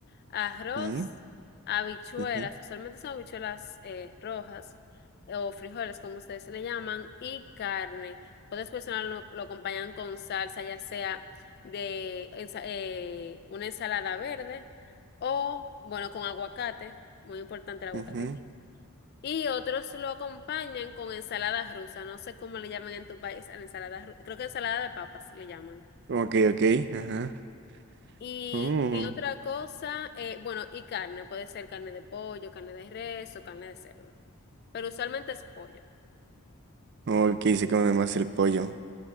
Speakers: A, on the left; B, on the right.
A: Arroz,
B: Mm,
A: habichuelas,
B: ujú,
A: usualmente son habichuelas eh, rojas eh, o frijoles, como ustedes le llaman, y carne. Otras personas lo, lo acompañan con salsa, ya sea de ensa- eh, una ensalada verde o, bueno, con aguacate, muy importante el aguacate
B: ujú.
A: aquí. Y otros lo acompañan con ensalada rusa, no sé cómo le llaman en tu país a la ensalada rusa, creo que ensalada de papas le llaman.
B: Ok, ok, ajá.
A: ¿Y
B: Mm,
A: qué otra cosa? Eh, bueno, y carne, puede ser carne de pollo, carne de res o carne de cerdo, pero usualmente es pollo.
B: Ok, se come más el pollo.